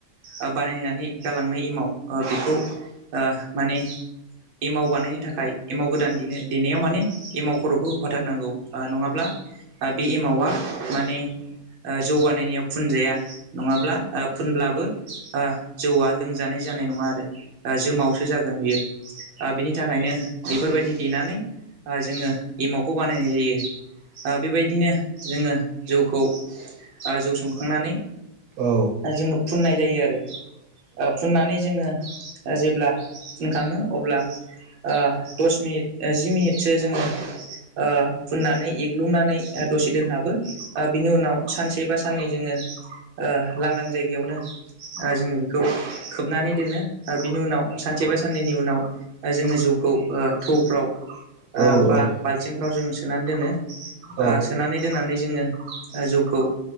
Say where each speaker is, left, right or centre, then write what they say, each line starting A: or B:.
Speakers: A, on the right; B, on the right.
A: ओ बानायनानै गालांनाय एमाव ओ बेखौ ओ माने एमाव बानायनो थाखाय एमाव गोदान देनो देनायाव माने एमाव खर'खौ होफाथारनांगौ। ओ नङाब्ला ओ बे एमावा माने ओ जौगानायनियाव फुनजाया नङाब्ला ओ फुनब्लाबो ओ जौआ लोंजानाय जानाय नङा आरो ओ जोमावसो जागोन बियो। ओ बिनि थाखायनो बेफोरबायदि देनानै ओ जोङो एमावखौ बानायनाय जायो। ओ बेबायदिनो जोङो जौखौ ओ जौ संखांनानै
B: औ।
A: जोङो फुननाय जायो आरो। ओ फुननानै जोङो ओ जेब्ला फुनखाङो अब्ला ओ दस मिनिट ओ जि मिनिटसो जोङो ओ फुननानै एग्लुंनानै ओ दसे दोनहाबो। ओ बिनि उनाव सानसे बा साननै जोङो ओ लांदां जायगायावनो ओ जोङो बेखौ खोबनानै दोनो। ओ बिनि उनाव सानसे बा साननैनि उनाव ओ जोङो जौखौ ओ थौफ्राव
B: औ
A: ओ बा
B: औ
A: बाल्थिंफ्राव जों सोनानै दोनो।
B: औ
A: ओ सोनानै दोननानै जोङो ओ जौखौ